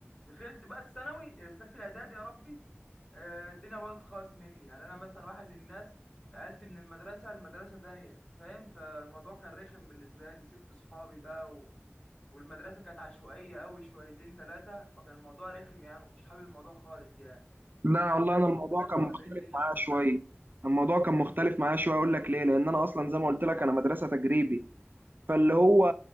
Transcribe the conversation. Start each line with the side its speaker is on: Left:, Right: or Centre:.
Left: دخلت بقى الثانوي دخلت الاعدادي يا ربي آه، الدنيا باظت خالص مني يعني انا مثلا واحد من الناس نقلت من المدرسه لمدرسه تانية فاهم فالموضوع كان رخم بالنسبه لي سبت صحابي بقى و... والمدرسه كانت عشوائيه قوي شويتين ثلاثه فكان الموضوع رخم يعني ما كنتش حابب الموضوع خالص يعني
Right: لا
Left: انت كنت
Right: والله
Left: في نفس
Right: انا الموضوع
Left: المدرسه
Right: كان مختلف
Left: ولا ايه الدنيا
Right: معايا
Left: بالنسبه
Right: شويه
Left: لك
Right: الموضوع كان مختلف معايا شويه اقول لك ليه لان انا اصلا زي ما قلت لك انا مدرسه تجريبي فاللي هو